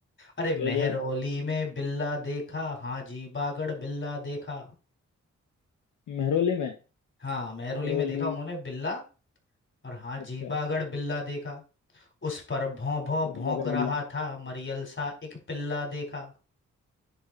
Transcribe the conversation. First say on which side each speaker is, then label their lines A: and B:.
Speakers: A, on the left; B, on the left.
A: अरे मेहरौली
B: गजब
A: में बिल्ला देखा हाँ जी बागड़ बिल्ला देखा
B: महरोली में
A: हाँ मेहरौली
B: महरोली
A: में देखा उन्होंने बिल्ला और हाँ
B: अच्छा
A: जी बागड़ बिल्ला देखा उस पर भौं भौं
B: कोई
A: भौंक
B: बगर
A: रहा
B: बिल्ला
A: था मरियल सा एक पिल्ला देखा